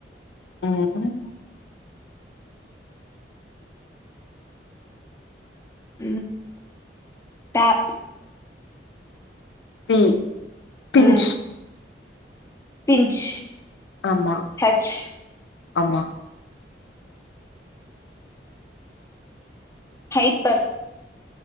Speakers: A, on the left (about 80°); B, on the left (about 15°).
A: ம்
B: ம் டேப்
A: ம் பிஞ்ச்
B: ம் பிஞ்ச்
A: ஆமா
B: ஹச்
A: ஆமா
B: ஹைப்பர்